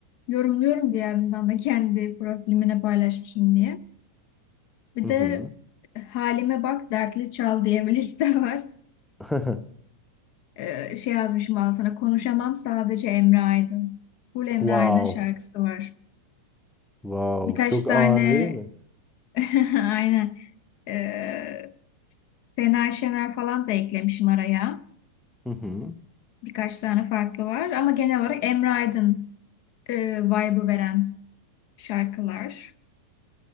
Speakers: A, on the left; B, in the centre.
A: yorumluyorum bir yandan da kendi profilimine paylaşmışım diye. Bir
B: Hı
A: de
B: hı.
A: Halime Bak Dertli Çal diye bir liste var.
B: <laughs>
A: E, şey yazmışım altına konuşamam sadece Emre Aydın. Full Emre
B: Wow.
A: Aydın şarkısı var.
B: Wow.
A: Birkaç
B: Çok
A: tane
B: ağır değil mi?
A: <laughs> Aynen. Ee, Sena Şener falan da eklemişim araya.
B: Hı hı.
A: Birkaç tane farklı var ama genel olarak Emre Aydın e, vibe'ı veren şarkılar.